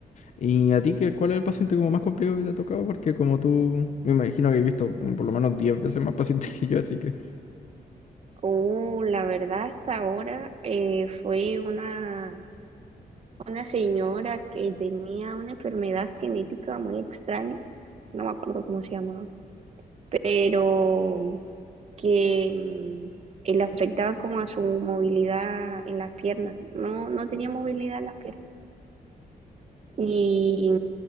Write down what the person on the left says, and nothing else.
¿Y a ti qué, cuál es el paciente como más complicado que te ha tocado? Porque como tú, me imagino que he visto mm, por lo menos 10 veces más pacientes <laughs> que yo, así que...